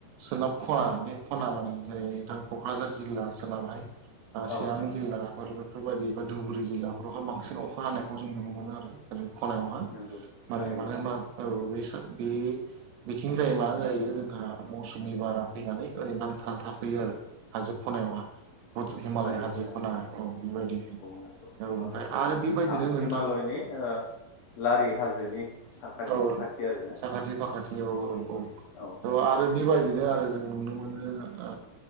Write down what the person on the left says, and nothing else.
औ
नंगौ
थारैनो
हाजो
खनायाव
नंगौ माखासे
हिमालयनि लारि हाजोनि साखाथि
फाखाथि आरोना
औ